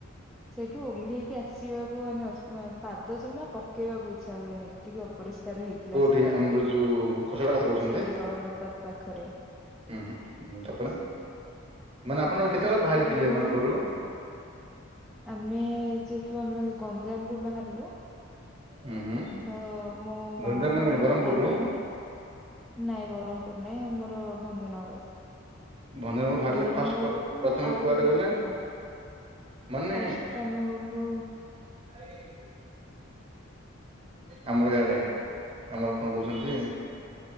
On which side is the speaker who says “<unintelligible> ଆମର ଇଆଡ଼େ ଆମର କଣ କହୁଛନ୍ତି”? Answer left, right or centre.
Right